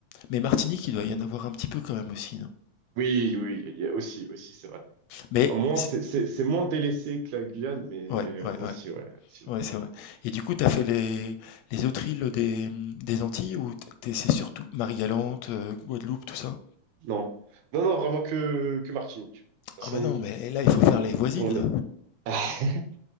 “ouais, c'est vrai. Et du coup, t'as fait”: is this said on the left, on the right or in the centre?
Left